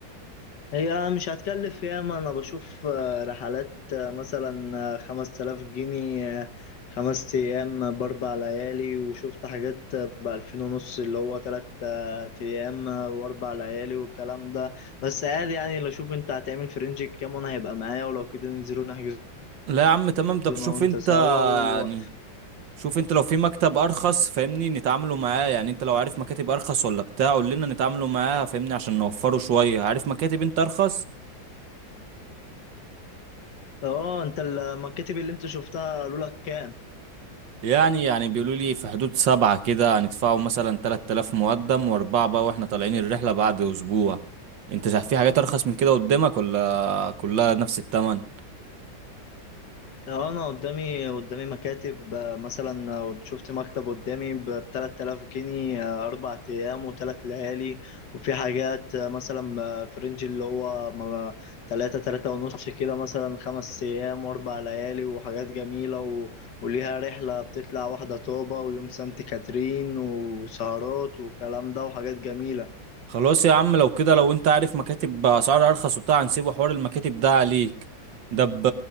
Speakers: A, on the left; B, on the right.
A: هي مش هتكلف ياما انا بشوف آه، رحلات آه، مثلا خمس تلاف جنيه آه، خمس ايام باربع ليالي وشفت حاجات آه، بألفين ونص اللي هو تلات آه، ايام آه، واربع ليالي والكلام ده بس عادي يعني لو اشوف انت هتعمل في رينج كام وانا هيبقى معايا ولو كده ننزلوا نحجزوا
B: لا يا عم تمام ده بشوف
A: انا وانت
B: انت
A: سوا و...
B: يعني شوف انت لو في مكتب ارخص فاهمني نتعاملوا معاه يعني انت لو عارف مكاتب ارخص ولا بتاع قول لنا نتعاملوا معاها فاهمني عشان نوفره شوية عارف مكاتب انت ارخص
A: اه انت المكاتب اللي انت شفتها قالوا لك كام
B: يعني يعني بيقولوا لي في حدود سبعة كده هندفعوا مثلا 3000 مقدم وأربعة بقى وإحنا طالعين الرحلة بعد أسبوع أنت شايف في حاجات أرخص من كده قدامك ولا كلها نفس التمن؟
A: اه انا قدامي قدامي مكاتب آه، مثلا آه، شفت مكتب قدامي ب 3000 جنيه آه، اربع ايام وثلاث ليالي وفي حاجات آه، مثلا آه، في رينج اللي هو ما- تلاتة تلاتة ونص كده مثلا خمس ايام واربع ليالي وحاجات جميلة و... وليها رحلة بتطلع واحدة طوبة ويوم سانت كاترين وسهرات والكلام ده وحاجات جميلة
B: خلاص يا عم لو كده لو أنت عارف مكاتب بأسعار أرخص وبتاع هنسيبه حوار المكاتب ده عليك ده ب-